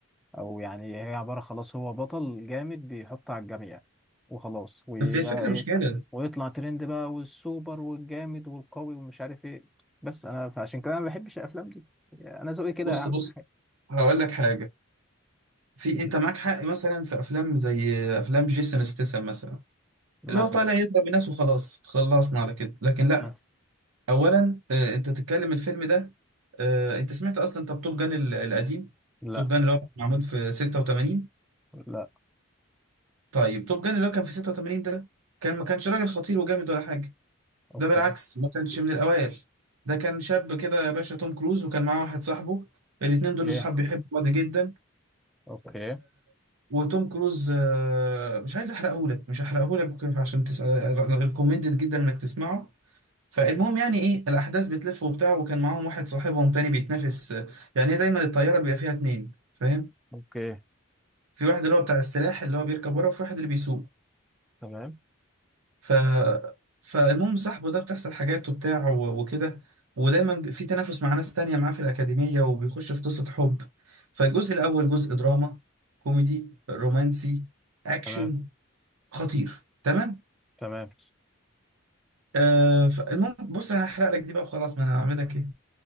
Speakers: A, in the centre; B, on the right.
A: او يعني هي عباره خلاص هو بطل جامد بيحط على الجميع وخلاص ويبقى
B: بس هي الفكره
A: ايه
B: مش كده
A: ويطلع ترند بقى والسوبر والجامد والقوي ومش عارف ايه بس انا فعشان كده انا ما بحبش الافلام دي انا ذوقي كده
B: بص
A: يا عم
B: بص هقول لك حاجه في
A: مم.
B: انت معاك حق مثلا في افلام زي افلام جيسون ستاثام مثلا
A: مثلا
B: اللي هو طالع يضرب الناس وخلاص خلصنا على كده لكن لا
A: مثلا
B: اولا آه، انت بتتكلم الفيلم ده آه، انت سمعت اصلا طب توب جان ال- القديم
A: لا
B: توب جان اللي هو معمول في 86
A: لا
B: طيب توب جان اللي هو كان في 86 ده كان ما كانش راجل خطير وجامد ولا حاجه
A: اوكي
B: ده بالعكس ما كانش من الأوائل ده كان شاب كده يا باشا توم كروز وكان معاه واحد صاحبه الاتنين دول
A: ايه
B: أصحاب بيحبوا بعض جدا
A: اوكي
B: وتوم كروز آه، مش عايز أحرقهولك مش هحرقهولك كيف، عشان تسأل، ريكومندد جدا إنك تسمعه فالمهم يعني إيه الأحداث بتلف وبتاع وكان معاهم واحد صاحبهم تاني بيتنافس آه، يعني إيه دايما الطيارة بيبقى فيها اتنين فاهم
A: اوكي
B: في واحد اللي هو بتاع السلاح اللي هو بيركب ورا وفي واحد اللي بيسوق
A: تمام
B: ف فالمهم صاحبه ده بتحصل حاجات وبتاع و- وكده ودايما ب- في تنافس مع ناس تانية معاه في الأكاديمية وبيخش في قصة حب فالجزء الأول جزء دراما كوميدي رومانسي أكشن
A: تمام
B: خطير تمام
A: تمام
B: آه فالمهم بص أنا هحرق لك دي بقى وخلاص ما أنا هعمل لك إيه